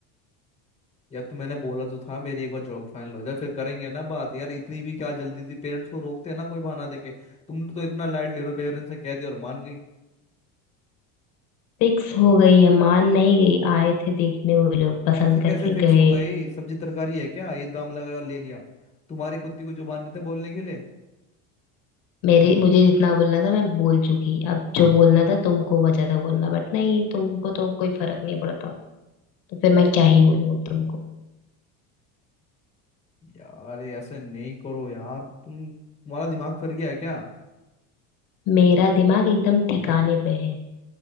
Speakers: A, on the left; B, on the left.
A: यार तो मैंने बोला तो था मेरी एक बार जॉब फाइनल हो जाए फिर करेंगे ना बात यार इतनी भी क्या जल्दी थी पेरेंट्स को रोकते हैं ना कोई बहाना देके तुमने तो इतना लाइट ले लो पेरेंट्स ने कह दिया और मान गई
B: फिक्स हो गई है मान नहीं गई आए थे देखने वो लोग पसंद
A: ऐसे कैसे
B: करके
A: फिक्स
B: गए
A: हो गए सब्जी तरकारी है क्या ये दाम लगाया और ले लिया तुम्हारी कुत्ती को जुबान नहीं था बोलने के लिए
B: मेरे मुझे जितना बोलना था मैं बोल चुकी अब जो बोलना था तुमको बचा था बोलना बट नहीं तुमको तो कोई फर्क नहीं पड़ता तो फिर मैं क्या ही बोलूं अब तुमको
A: यार ये ऐसे नहीं करो यार तुम तुम्हारा दिमाग फिर गया है क्या
B: मेरा दिमाग एकदम ठिकाने पे है